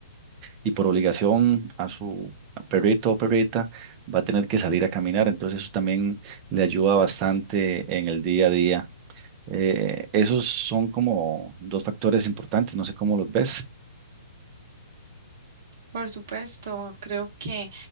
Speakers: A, on the right (about 15°); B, on the right (about 30°).
A: y por obligación a su perrito o perrita va a tener que salir a caminar. Entonces eso también le ayuda bastante en el día a día. Eh, esos son como dos factores importantes, no sé cómo los ves.
B: Por supuesto, creo que